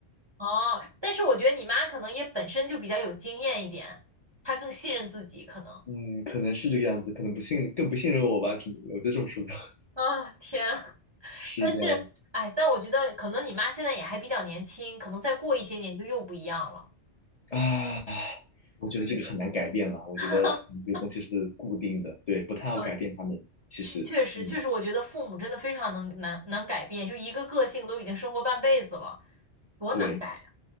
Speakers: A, on the right (about 35°); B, on the left (about 45°).
A: 哦，但是我觉得你妈可能也本身就比较有经验一点，她更信任自己可能。
B: 嗯，可能是这个样子，可能不信，更不信任我吧，只能我觉得这种说法
A: 啊，天啊！
B: <laughs>
A: <laughs>
B: 是这样子
A: 但是，哎，但我觉得可能你妈现在也还比较年轻，可能再过一些年就又不一样了。
B: 啊。我觉得这个很难改变啦，我觉得这个东西是固定的，
A: <laughs>
B: 对，不太好改变他们。
A: 呃，
B: 其实，
A: 确确实确实，
B: 嗯，
A: 我觉得父母真的非常能难难改变，就一个个性都已经生活半辈子了，多难改呀！
B: 对。